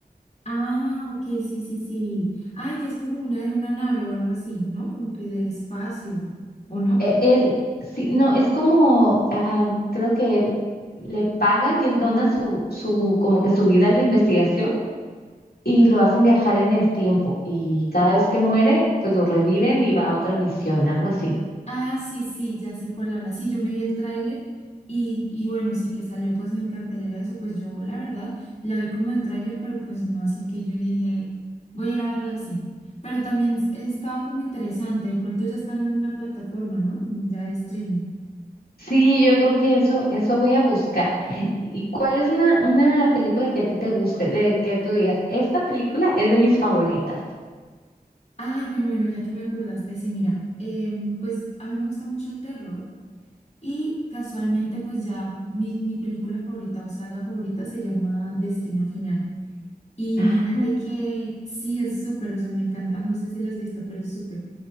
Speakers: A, on the left; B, on the left.
A: Ah, ok, sí, sí, sí. Ay, que es como una de una nave o algo así, ¿no? Como que del espacio, ¿o no?
B: E- él, sí, no, es como, ah, creo que él le pagan y él dona su, su, como que su vida a la investigación y
A: Ah,
B: lo hacen viajar en el tiempo y cada vez que muere, pues lo reviven y va a otra misión, algo así.
A: ah, sí, sí, ya sé cuál habla. Sí, yo me vi el tráiler y, y bueno, sí que salió pues en cartelera eso, pues yo la verdad la vi como el tráiler, pero pues no, así que yo dije, voy a ir a verla al cine. Pero también s- estaba como interesante, de pronto ya está en alguna plataforma, ¿no? Mm, Ya de streaming.
B: Sí, yo creo que eso, eso voy a buscar. ¿Y cuál es una, una película que a ti te guste, de que tú digas, esta película es de mis favoritas?
A: Ay, bueno, bueno, ya que me acordaste, sí, mira, em, pues a mí me gusta mucho el terror. Y casualmente, pues ya mi, mi película favorita o saga favorita se llama Destino Final. Y imagínate
B: Ah,
A: que sí, es súper, o sea, me encanta. No sé si la has visto, pero es súper.